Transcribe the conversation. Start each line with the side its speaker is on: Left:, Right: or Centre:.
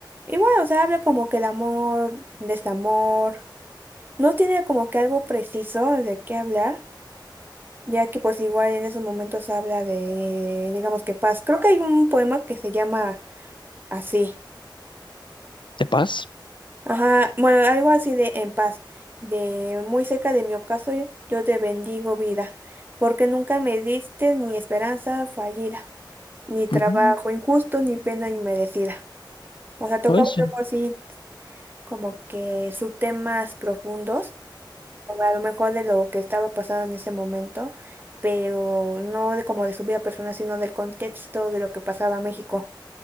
Right: Igual, o sea, habla como que de amor, desamor. No tiene como que algo preciso de qué hablar, ya que pues igual en esos momentos habla de, digamos que paz. Creo que hay un poema que se llama Así.
Left: ¿De paz?
Right: Ajá. Bueno, algo así de en paz. De muy cerca de mi ocaso, yo yo te bendigo vida, porque nunca me diste ni esperanza fallida, ni trabajo
Left: Ujú,
Right: injusto, ni pena inmerecida. O sea, tocaba
Left: no, eso.
Right: algo así como que sus temas profundos, o a lo mejor de lo que estaba pasando en ese momento, pero no de como de su vida personal, sino del contexto de lo que pasaba en México.